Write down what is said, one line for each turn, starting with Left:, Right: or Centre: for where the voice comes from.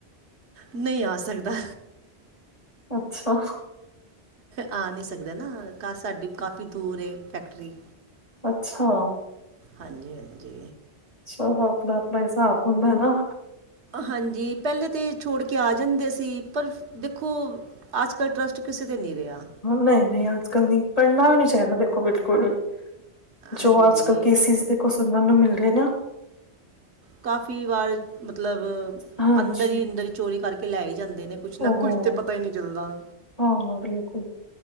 Right: ਨਈ ਆ ਸਕਦਾ।
Left: ਅੱਛਾ
Right: ਆ ਨੀ ਸਕਦਾ ਨਾ ਕਾ ਸਾਡੀ ਕਾਫੀ ਦੂਰ ਫੈਕਟਰੀ
Left: ਅੱਛਾ
Right: ਹਾਂਜੀ ਹਾਂਜੀ
Left: ਚਲੋ ਆਪਣਾ-ਆਪਣਾ ਹਿਸਾਬ ਹੁੰਦਾ ਨਾ
Right: ਹਾਂਜੀ ਪੈਲੇ ਤੇ ਛੋੜ ਕੇ ਆ ਜਾਂਦੇ ਸੀ ਪਰ ਦੇਖੋ ਅੱਜ ਕੱਲ੍ਹ ਟਰੱਸਟ ਕਿਸੇ 'ਤੇ ਨੀ ਰਿਆ
Left: ਨਈ-ਨਈ ਅੱਜ ਕੱਲ ਨੀ ਪੜ੍ਹਨਾ ਵੀ ਨੀ ਚਾਈਦਾ ਦੇਖੋ ਬਿਲਕੁਲ ਵੀ ਜੋ
Right: ਹਾਂਜੀ
Left: ਅੱਜ ਕੱਲ੍ਹ ਕੇਸਿਸ ਦੇਖੋ ਸੁਣਨ ਨੂੰ ਮਿਲ ਰੇ ਨਾ
Right: ਕਾਫ਼ੀ ਵਾਰ ਮਤਲਬ
Left: ਹਾਂਜੀ
Right: ਅੰਦਰ ਈ ਅੰਦਰ ਚੋਰੀ ਕਰਕੇ ਲੈ ਈ ਜਾਂਦੇ ਨੇ ਕੁਛ ਨਾ
Left: ਓਹੋ
Right: ਕੁੱਛ ਤੇ ਪਤਾ ਈ ਨਈ ਚੱਲਦਾ।
Left: ਹਾਂ ਹਾਂ ਬਿਲਕੁਲ